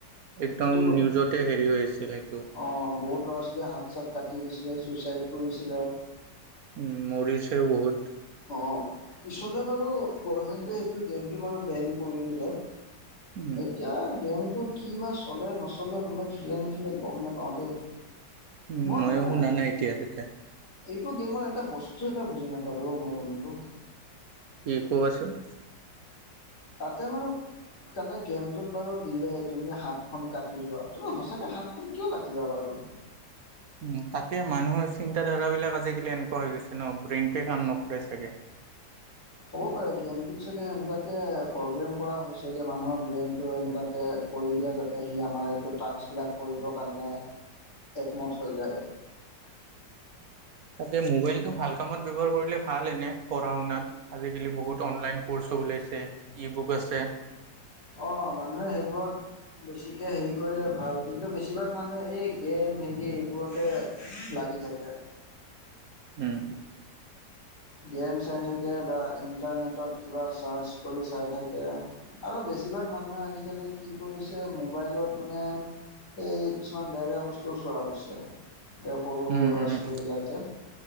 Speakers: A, on the right; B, on the left.
A: অ'একদম
B: সেইটো
A: নিউজতে হেৰি হৈ আছিল সেইটো।
B: অ', বহুত ল'ৰা ছোৱালীয়ে হাত চাত কাটি দিছিলে ছুচাইড কৰিছিলে।
A: উম, মৰিছেও বহুত।
B: অ', পিছলে বাৰু গভমেণ্টে সেইটো গেমটো বাৰু বেন কৰি দিলে।
A: উম
B: এতিয়া গেমটো কিবা চলে-নচলে কোনোবাই খেলে নেখেলে গম নেপাওঁ দেই।
A: উম,
B: মই
A: ময়ো
B: মানে
A: শুনা নাই এতিয়ালৈকে।
B: এইটো গেমৰ এটা বস্তু এটা বুজি নাপালো অ', মই বন্ধু?
A: কি কোৱাচোন?
B: তাতে বাৰু তাতে গেমটোত বাৰু দিলে তুমি হাতখন কাটি লোৱা তুমি সঁচাকৈ হাতখন কিয় কাটিবা বাৰু।
A: উম, তাতে মানুহৰ চিন্তাধাৰা বিলাক আজিকালি এনেকুৱা হৈ গৈছে ন ব্ৰেইনটোৱে কাম নকৰে চাগে।
B: হ'ব পাৰে গেমটোত চাগে সেনেকুৱাকে প্ৰগ্ৰেম কৰা হৈছে যে মানুহৰ ব্ৰেইনটো এনেকুৱাকে কৰি দিয়ে যাতে সি আমাৰ এইটো টাস্কবিলাক কৰিবৰ কাৰণে একমত হৈ যায়।
A: তাকে মোবাইলটো ভাল কামত ব্যৱহাৰ কৰিলে ভাল এনে পঢ়া শুনাত। আজিকালি বহুত অনলাইন ক'ৰ্চো ওলাইছে ই বুক আছে।
B: অ', মানুহে সেইবোৰত বেছিকে হেৰি কৰিলে ভাল কিন্তু বেছিভাগ মানুহে এই গেম হেৰি এইবোৰতে লাগি থাকে।
A: উম।
B: গেম চাই থাকে, বা ইণ্টাৰনেটত কিবা চাৰ্চ কৰি চাই থাকে। আৰু বেছিভাগ মানুহে আজিকালি কি কৰিছে, মোবাইলত মানে, এই কিছুমান বেয়া বেয়া বস্তু চোৱা হৈছে। এই সৰু সৰু
A: উম,
B: ল'ৰা
A: উম,
B: ছোৱালী বিলাকে।